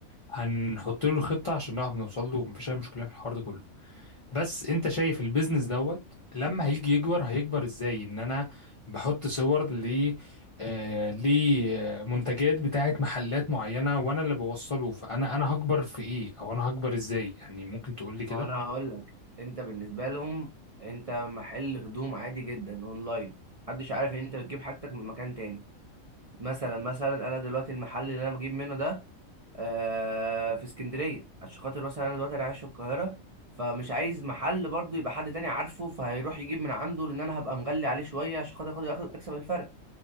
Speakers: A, on the left; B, on the right.
A: هنحط له خطه عشان نعرف نوصل له ومفيش اي مشكله في الحوار ده كله بس انت شايف البيزنس دوت لما هيجي يكبر هيكبر ازاي ان انا بحط صور ل آه لمنتجات بتاعت محلات معينه وانا اللي بوصله فانا انا هكبر في ايه او انا هكبر ازاي يعني ممكن تقول لي كده
B: ما انا هقول لك انت بالنسبة لهم انت محل هدوم عادي جدا اونلاين محدش عارف ان انت بتجيب حاجتك من مكان تاني مثلا مثلا انا دلوقتي المحل اللي انا بجيب منه ده آه، في اسكندريه عشان خاطر مثلا انا دلوقتي انا عايش في القاهره فمش عايز محل برضه يبقى حد تاني عارفه فهيروح يجيب من عنده لان انا هبقى مغلي عليه شويه عشان خاطر اخد آخد- اكسب الفرق